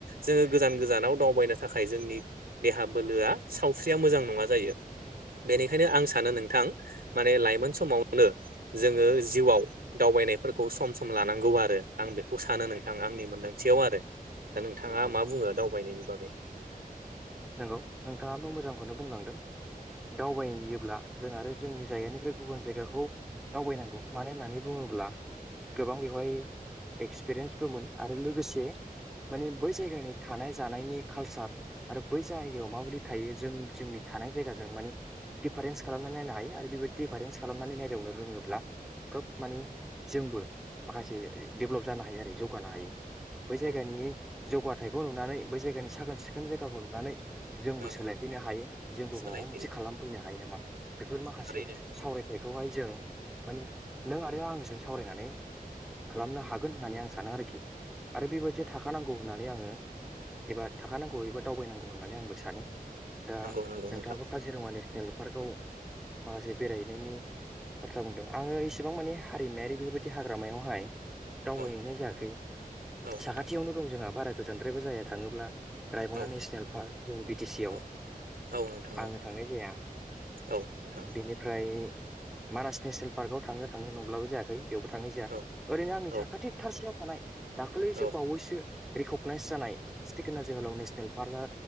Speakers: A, on the right; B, in the centre.
A: जोङो गोजान गोजानाव दावबायनो थाखाय जोंनि देहा बोलोआ सावस्रिया मोजां नङा जायो बेनिखायनो आं सानो नोंथां माने लाइमोन समावनो जोङो जिउआव दावबायनायफोरखौ सम सम लानांगौ आरो आं बेखौ सानो नोंथां आंनि मोनदांथियाव आरो दा नोंथाङा
B: नंगौ नोंथां
A: मा बुङो दावबायनायनि बाग <inaudible>
B: नंगौ नोंथाङाबो मोजांखौनो बुंलांदों दावबायोब्ला जों आरो जोंनि जायगानिफ्राय गुबुन जायगाखौ दावबायनांगौ मानो होननानै बुङोब्ला गोबां बेवहाय एक्सपिरियेन्सबो मोनो आरो लोगोसे माने बै जायगानि थानाय जानायनि कालचार आरो बै जायगायाव माबादि थायो जों जोंनि थानाय जायगाजों माने डिफारेन्स खालामनानै नायनो हायो आरो बेबाय डिफारेन्स खालामनानै नायदावनो रोङोब्ला खोब मानि जोंबो माखासे ए दडेभलप जानो हायो आरो जौगानो हायो बै जायगानि
A: औ
B: जौगाथायखौ नुनानै बै जायगानि साखोन सिख खोनन जायगाखौ नुनानै जोंबो
A: औ
B: सोलायफैनो हायो जोंबो
A: सोलायफिनो
B: माबा मोनसे खालामफैनो हायो नामा बेफोर माखासे
A: थारैनो
B: सावरायथायखौहाय जों माने नों आरो आंजों सावरायनानै खालामनो हागोन होननानै आं सानो आरोखि आरो बेबायादिया थाखानांगौ होननानै आङो एबा थाख खानांगौ एबा दावबायनांगौ होननानै आंबो सानो। दा
A: नंगौ नंगौ
B: नोंथाङाबो
A: नोंथां
B: काजिरङा नेसनेल पार्कआव माखासे बेरायहैनायनि बाथ्रा बुंदों आङो इसेबां माने हारिमायारि बेफोरबायदि हाग्रामायावहाय दावबायहैनाय
A: औ
B: जायाखै
A: औ नोंथां
B: साखाथियावनो दं जोंहा बारा गोजानद्रायबो जाया थाङोब्ला रायमना
A: औ
B: नेसनेल पार्क जोंनि बि टि सि आव
A: औ औ नोंथां
B: आङो
A: औ
B: थांनाय जाया
A: औ नोंथां
B: बिनिफ्राय मानास नेसनेल पार्कआव थांनो थांनो नंब्लाबो जायाखै। बेयावबो थांनाय जाया
A: औ
B: ओरैनो आंनि
A: औ
B: साखाथि थारसिनाव थानाय दाख्लैसो
A: औ
B: बावैसो रेकगनाइस जानाय स्टेकोना नेसनेल पार्कआ